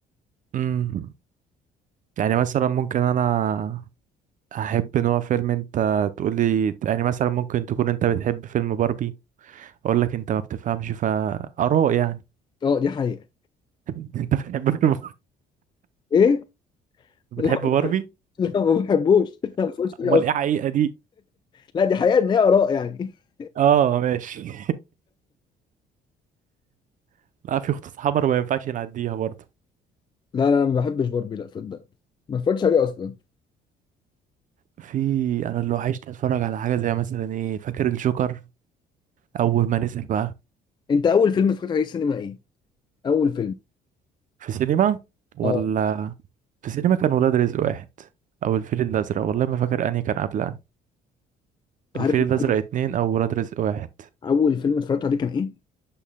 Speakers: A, on the right (about 50°); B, on the left (about 25°).
A: مم. يعني مثلا ممكن انا احب نوع فيلم انت تقولي يعني مثلا ممكن تكون انت بتحب فيلم باربي اقول لك انت ما بتفهمش فاراء يعني
B: اه دي حقيقه
A: <laughs> انت بتحب فيلم
B: ايه
A: بتحب
B: لا
A: باربي
B: <laughs> لا ما بحبوش <laughs> لا ما بتفرجش عليه
A: امال
B: اصلا
A: ايه حقيقه دي
B: لا دي حقيقه ان هي اراء يعني <laughs>
A: اه ماشي <laughs> لا في خطوط حمر ما ينفعش نعديها برضه
B: لا لا أنا ما بحبش باربي لا صدق ما اتفرجتش عليه اصلا
A: في انا لو عشت اتفرج على حاجه زي مثلا ايه فاكر الجوكر اول ما نزل بقى
B: انت اول فيلم اتفرجت عليه السينما ايه اول فيلم
A: في سينما ولا
B: اه
A: في سينما كان ولاد رزق واحد او الفيل الازرق والله ما فاكر انهي كان قبل انهي
B: انت عارف
A: الفيل
B: أنا
A: الازرق
B: اول
A: اتنين او ولاد رزق واحد
B: اول فيلم اتفرجت عليه كان ايه